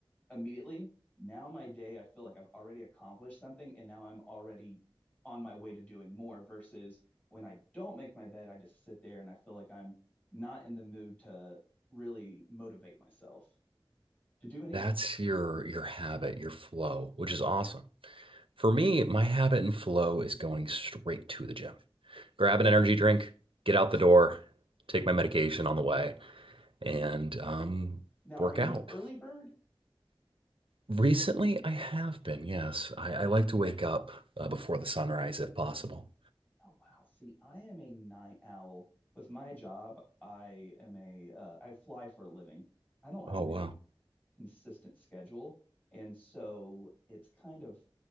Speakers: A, on the left (about 20°); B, on the right (about 85°).
A: immediately. Now my day, I feel like I've already accomplished something and now I'm already on my way to doing more versus when I don't make my bed, I just sit there and I feel like I'm not in the mood to really motivate myself to do anything.
B: That's your your habit, your flow, which is awesome. For me, my habit and flow is going straight to the gym. Grab an energy drink, get out the door, take my medication on the way, and um,
A: Now,
B: work
A: are you
B: out.
A: an early bird?
B: Recently, I have been, yes. I, I like to wake up uh, before the sunrise if possible.
A: Oh, wow. See, I am a night owl. With my job, I am a uh, I fly for a living. I don't have
B: Oh,
A: a
B: wow.
A: consistent schedule, and so it's kind of